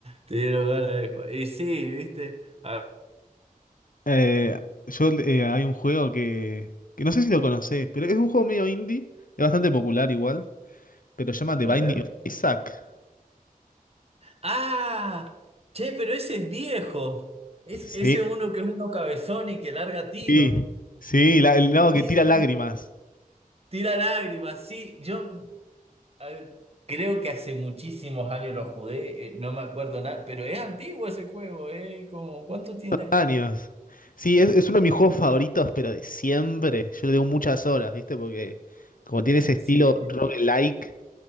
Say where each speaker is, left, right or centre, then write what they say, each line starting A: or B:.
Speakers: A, on the right (about 45°); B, on the left (about 70°).
A: te dieron ganas de jugar. Y sí, ¿viste? A,
B: Eh, yo, eh, hay un juego que, que no sé si lo conocés, pero es un juego medio indie, es bastante popular igual, pero se llama The
A: a
B: Binding
A: ver.
B: of Isaac.
A: ¡Ah! Che, pero ese es viejo. Es,
B: Sí,
A: ese uno que es uno cabezón y que larga tiro.
B: sí, sí, la- el lado
A: Sí,
B: que tira lágrimas.
A: tira lágrimas, sí. Yo a ver, creo que hace muchísimos años lo jugué, eh, no me acuerdo nada, pero es antiguo ese juego, ¿eh? Como, ¿cuánto tiene?
B: Años. Sí, es, es uno de mis juegos favoritos, pero de siempre. Yo le doy muchas horas, ¿viste? Porque como tiene ese estilo
A: Sí,
B: roguelike,